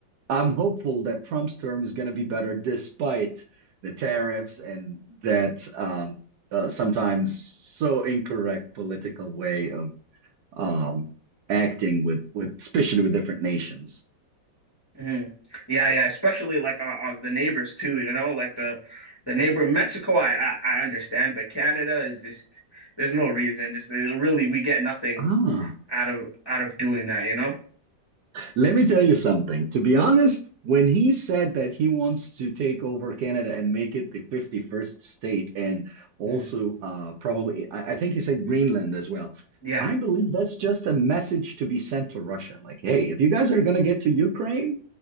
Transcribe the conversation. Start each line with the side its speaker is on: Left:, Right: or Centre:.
Right: I'm hopeful that Trump's term is going to be better despite the tariffs and that um, uh, sometimes so incorrect political way of um, acting with, with, especially with different nations.
Left: mhm. Yeah, yeah, especially like our, our the neighbors too. You know, like the the neighbor in Mexico, I, I I understand, but Canada is just there's no reason. Just uh, really, we get nothing
Right: Ah.
Left: out of out of doing that. You know?
Right: Let me tell you something. To be honest, when he said that he wants to take over Canada and make it the 51st state, and also
Left: Mhm.
Right: uh, probably, I, I think he said Greenland as well.
Left: Yeah.
Right: I believe that's just a message to be sent to Russia. Like, hey, if you guys are going to get to Ukraine,